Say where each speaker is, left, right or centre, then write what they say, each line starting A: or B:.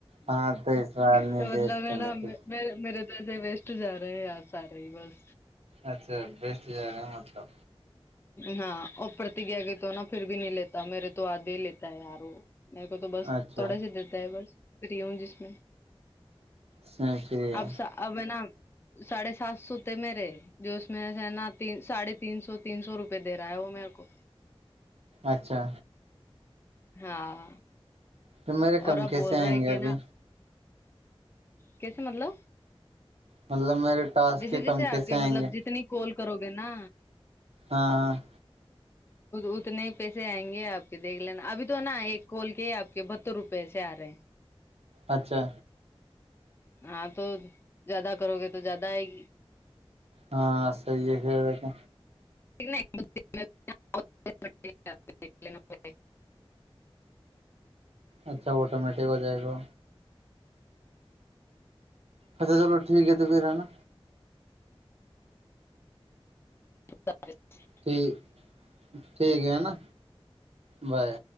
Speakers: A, on the right; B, on the left.
A: ہاں تو اس بار نہیں
B: تو مطلب
A: دے اس کو
B: ہے
A: لے
B: نا
A: کے
B: م میرے در ایسے ویسٹ جا رہے ہیں آپ سارے ہی بس
A: اچھا بیچ جائے گا مطلب
B: ہاں اور پرتیجیا کی تو نا پھر بھی نہیں لیتا میرے تو آد ہی لیتا ہے یار وہ میرے کو تو بس
A: اچھا
B: تھوڑا سے دیتا ہے بس فری ہوں جس میں
A: ہاں صحیح ہے
B: اب اب ہے نا ساڑھے سات سو تھے میرے جو اس میں سے نا ت ساڑھے تین سو تین سو روپئے رہا ہے وہ میرے کو
A: اچھا
B: ہاں
A: تو میرے کم
B: اور اب
A: کیسے
B: بول رہا
A: آئیں
B: ہے
A: گے
B: کہ
A: ابھی
B: نا کیسے مطلب
A: مطلب میرے ٹاسک
B: جیسے
A: کے
B: جیسے
A: کم
B: آپ
A: کیسے
B: کے
A: آئیں
B: مطلب
A: گے
B: جتنی کال کرو گے نا
A: ہاں ہاں
B: اتنے پیسے آئیں گے آپ کے دیکھ لینا ابھی تو نا ایک کول کے آپ کے ب س روپئے سے آ رہے ہیں
A: اچھا
B: ہاں تو زیادہ کرو گے تو زیادہ آئے گی
A: ہاں صحیح ہے ویسے
B: <unintelligible>
A: اچھا آٹومیٹک ہو جائے گا اچھا چلو ٹھیک ہے تو پھر ہے نا
B: <unintelligible>
A: ٹھیک ٹھیک ہے ہے نا بائے